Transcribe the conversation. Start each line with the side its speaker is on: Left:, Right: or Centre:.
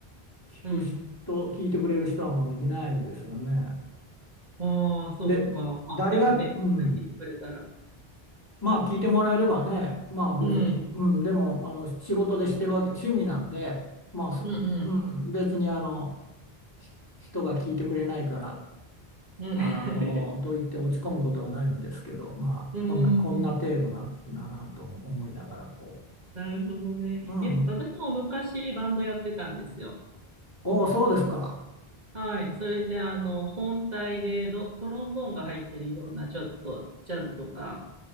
Left: 聞く人、
Right: うん。
Left: 聞いてくれる人はもうできないですよね。
Right: ああ、そっか。
Left: で、誰が、
Right: あ、でもね、いっぱい聞いてくれたら。
Left: うん、まあ、聞いてもらえればね、まあ別に、
Right: うん。
Left: うん、でも、あの、仕事でしてるわけ、趣味なんで、まあ、そうん、
Right: うんうん。
Left: 別にあの、ひ人が聞いてくれないから、
Right: うん。
Left: あの、
Right: <laughs>
Left: と言って落ち込むことはないんですけど、まあ、
Right: うーん。
Left: こんな、こんな程度だな、なと思いながら、こ
Right: なるほどね。
Left: う、うん、
Right: いや、私も昔バンドやってたんですよ。
Left: おお、そうですか。
Right: はい。それで、あの、本体でロトロンボーンが入ってるような、ちょっとジャズとか